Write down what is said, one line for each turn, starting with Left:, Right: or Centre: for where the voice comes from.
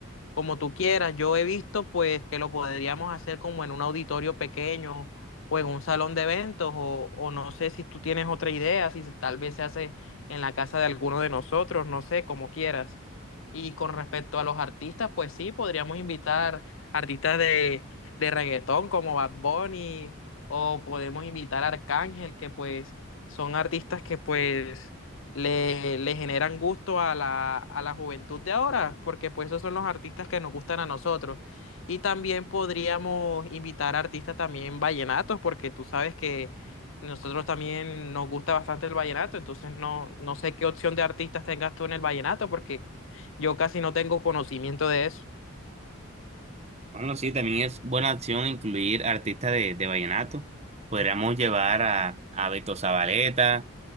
Left: como tú quieras. Yo he visto pues que lo podríamos hacer como en un auditorio pequeño o en un salón de eventos o, o no sé si tú tienes otra idea, si se- tal vez se hace en la casa de alguno de nosotros, no sé, como quieras. Y con respecto a los artistas, pues sí, podríamos invitar artistas de, de reggaetón como Bad Bunny o podemos invitar a Arcángel, que pues son artistas que pues le, le generan gusto a la, a la juventud de ahora, porque pues esos son los artistas que nos gustan a nosotros. Y también podríamos invitar a artistas también vallenatos, porque tú sabes que nosotros también nos gusta bastante el vallenato, entonces no, no sé qué opción de artistas tengas tú en el vallenato, porque yo casi no tengo conocimiento de eso.
Right: Bueno, sí, también es buena opción incluir artistas de, de vallenato. Podríamos llevar a, a Beto Zabaleta,